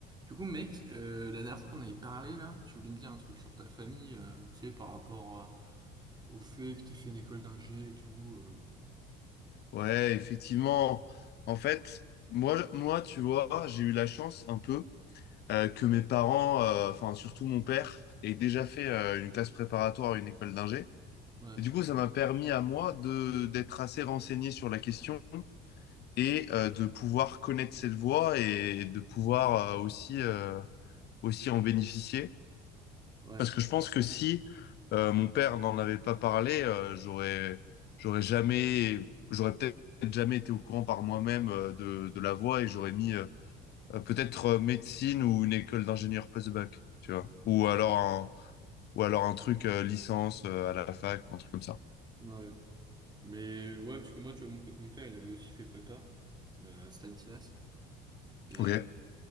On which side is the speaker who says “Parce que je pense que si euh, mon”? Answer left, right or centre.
Left